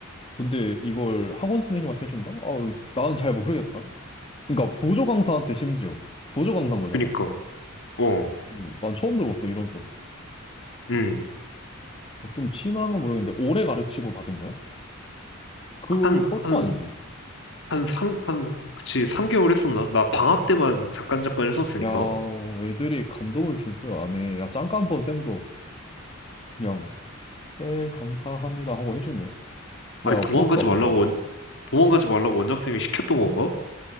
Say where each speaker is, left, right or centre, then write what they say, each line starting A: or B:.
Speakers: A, on the left; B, on the left.
A: 근데 이걸 학원 선생님한테 해준다? 아, 나는 잘 모르겠다. 그러니까 보조 강사한테 심지어 보조 강사인 거잖아.
B: 그니까 어,
A: 음, 난 처음 들어봤어 이런 소리.
B: 응
A: 좀 친하면 모르겠는데 오래 가르치고 받은 거야? 그것도
B: 한한
A: 아니지.
B: 한 삼 한, 그치, 삼개월 했었나? 나 방학 때만 잠깐 잠깐 했었으니까.
A: 야, 애들이 감동을 줄 줄 아네. 야, 짱깐폰 쌤도 그냥 네 감사합니다 하고 해주네.
B: 아니,
A: 야
B: 도망가지
A: 부럽다
B: 말라고,
A: 그거는.
B: 원, 도망가지 말라고 원장쌤이 시켰던 건가?